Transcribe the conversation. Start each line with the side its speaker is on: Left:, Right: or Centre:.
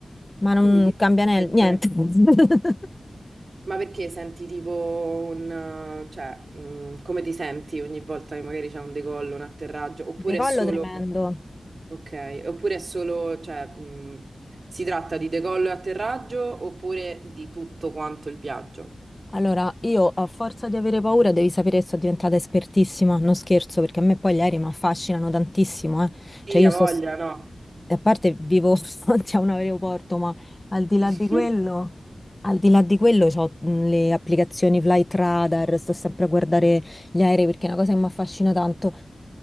Left: ma non
Right: Quindi chissà
Left: cambia ne-
Right: perché?
Left: niente. <laughs>
Right: Ma perché senti tipo un... eh, cioè, mm, come ti senti ogni volta che magari c'è un decollo, un atterraggio, oppure
Left: Decollo
Right: è solo...
Left: tremendo.
Right: Ok, oppure è solo, cioè, mh, si tratta di decollo e atterraggio oppure di tutto quanto il viaggio?
Left: Allora, io a forza di avere paura, devi sapere che sono diventata espertissima, non scherzo, perché a me poi gli aerei mi affascinano tantissimo, eh.
Right: Sì,
Left: Cioè, io
Right: ha
Left: sto,
Right: voglia,
Left: s-
Right: no?
Left: a parte vivo <laughs> davanti a un aeroporto, ma al di là
Right: <laughs>
Left: di quello, al di là di quello, ho le applicazioni Flight Radar, sto sempre a guardare gli aerei perché è una cosa che mi affascina tanto.